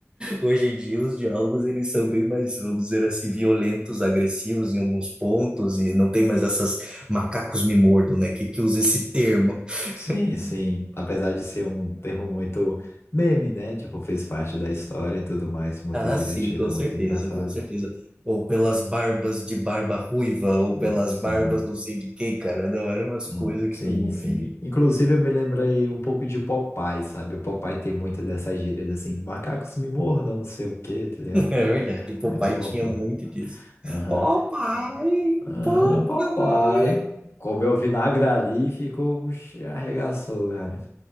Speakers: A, on the right; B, on the left.
A: Hoje em dia, os diálogos eles são bem mais, vamos dizer assim, violentos, agressivos em alguns pontos e não tem mais essas macacos me mordam, né? Que que usa esse termo? <laughs>
B: Sim, sim. Apesar de ser um termo muito meme, né? Tipo, fez parte da história e tudo mais. Muito
A: Ah,
B: divertido,
A: sim, com certeza,
B: muito engraçado.
A: com certeza. Ou pelas barbas de barba ruiva, ou
B: Hum,
A: pelas
B: Sim,
A: barbas não sei de quem, cara. Não, eram umas
B: hum,
A: coisas que
B: sim,
A: tu ouvia.
B: sim. Inclusive, eu me lembrei um pouco de Popeye, sabe? O Popeye tem muita dessas gírias assim: macacos me mordam, não sei o quê, tá ligado?
A: É verdade, o papai
B: Muito bom,
A: tinha
B: pô.
A: muito disso.
B: Aham.
A: Papai,
B: Aham,
A: papai.
B: papai. Comeu vinagre ali e ficou, puxa, arregaçou, cara.